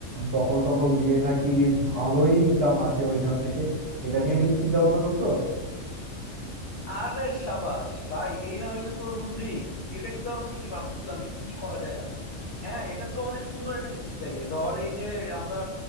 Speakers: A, on the right (about 60°); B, on the left (about 60°).
A: দখল টখল দিয়ে নাকি ভালোই ইনকাম আসে ওইখান থেকে এটা নিয়ে কিছু চিন্তা ভাবনা করছোস
B: আরে সাবাস ভাই এই না হইলে তোর বুদ্ধি এটাই তো আমি ভাবতেছিলাম যে কি করা যায় আর। হ্যাঁ এটা তো অনেক সুন্দর একটা জিনিস তাইলে ধর এই যে আমরা